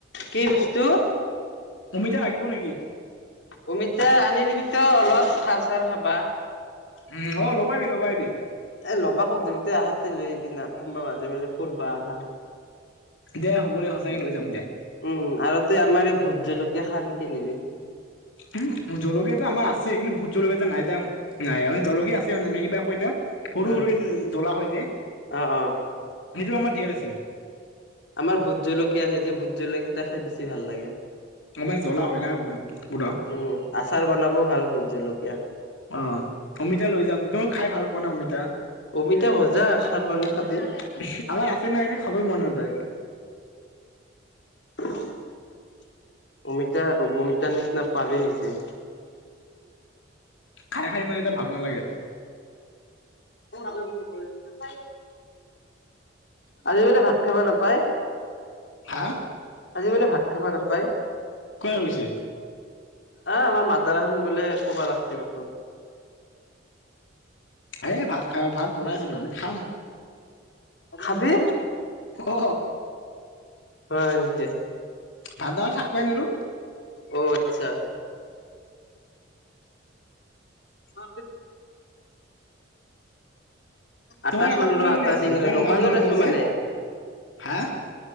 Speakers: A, on the left; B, on the left.
A: কি বস্তু?
B: অমিতা লাগিব নেকি
A: অমিতা আনি দিবি ত' অলপ সাৰ চাৰ খাবা।
B: উম, অহ ল'ব আহিবি - ল'ব আহিবি।
A: এ ল'বা ক'ত যাবি তই আহাতে লৈ আহিবি না কোনবা মাজে- মাজে ফুুৰবা আহা।
B: দে হ'ব দে সঁচাকে লৈ যাম দে।
A: উম, আৰু তেই আমাৰ এই ভোট জলকীয়া খানে কি নিবি।
B: উম, জলকীয়া এটো আমাৰ আছে কিন্তু ভূত জলকীয়া নাই দেই জলকীয়া আছে মানে নে কিবা কৈতা সৰু
A: অ
B: -সৰুকে যে জ্বলা হৈ যায়
A: অ অ।
B: সেইটো আমাৰ ধেৰ আছে।
A: আমাৰ ভোট জলকীয়া আহ যে ভোট জলকীয়া হেতা খাই বেছি ভাল লাগে।
B: আমাৰ জ্বলা
A: <inaudible>
B: হয় না পুৰা
A: উম, আচাৰ বনাব ভাল ভোট জলকীয়া।
B: অহ, অমিতা লৈ যাম তই খাই ভাল পোৱা না অমিতা?
A: অমিতা ভজা
B: <inaudible>
A: খাৰ বনাই খাবি।
B: আমাৰ আছে নাই ন' এনে খাবই মন নাযায়। <inaudible>
A: <inaudible> অমিতা বহুততাৰ নিচিনা পাবি নেকি?
B: খাই- খাই মানে এতিয়া ভাল নালাগে।
A: <unintelligible> আজি বোলে ভাত খাব নাপায়?
B: হা?
A: আজি বুলে ভাত খাব নাপায়?
B: কোনে কৈছি?
A: আহ আমাৰ মাদাৰ আহন বুলে কবা ৰাখছিল
B: এ ভাত খাই ভাত বনাইছিলো আমি খাম।
A: খাবি,
B: অ
A: হয় নেকি?
B: ভাত দাৰা থাক পাই নৰো।
A: অহ, আচ্ছা। <unintelligible> আটা
B: তোমাৰ কাষত
A: খোলো
B: কোনে
A: ৰ' আটা
B: কোনে আছে
A: দিঙ
B: ইমান
A: ৰ 'দোকানত
B: মাত শুনা পাও
A: আছো
B: যে
A: মানে।
B: হা?